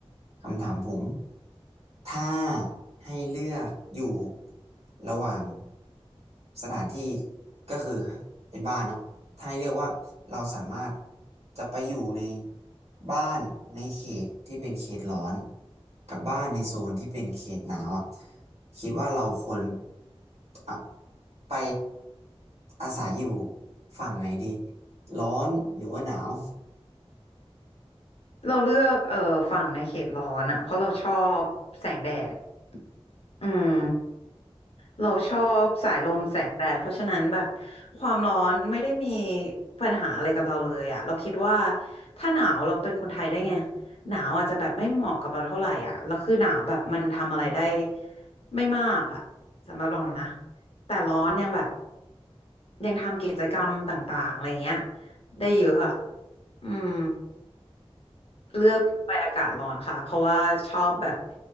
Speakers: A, on the right; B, on the left.
A: คำถามผม ถ้าให้เลือกอยู่ระหว่างสถานที่ก็คือเป็นบ้านเนาะถ้าให้เลือกว่าเราสามารถจะไปอยู่ในบ้านในเขตที่เป็นเขตร้อนกับบ้านในโซนที่เป็นเขตหนาวอ่ะคิดว่าเราควรอะไปอาศัยอยู่ฝั่งไหนดีร้อนหรือว่าหนาว
B: เราเลือกเอ่อฝั่งในเขตร้อนอะเพราะเราชอบแสงแดดอืม เราชอบสายลมแสงแดดเพราะฉะนั้นแบบความร้อนไม่ได้มีปัญหาอะไรกับเราเลยอะเราคิดว่าถ้าหนาวเราเป็นคนไทยได้ไงหนาวอาจจะแบบไม่เหมาะกับเราเท่าไหร่อ่ะแล้วคือหนาวแบบมันทำอะไรได้ไม่มากอ่ะสำหรับเรานะแต่ร้อนยังแบบยังทำกิจกรรมต่างๆอะไรเงี้ยได้เยอะอ่ะอืมเลือกไปอากาศร้อนค่ะเพราะว่าชอบแบบ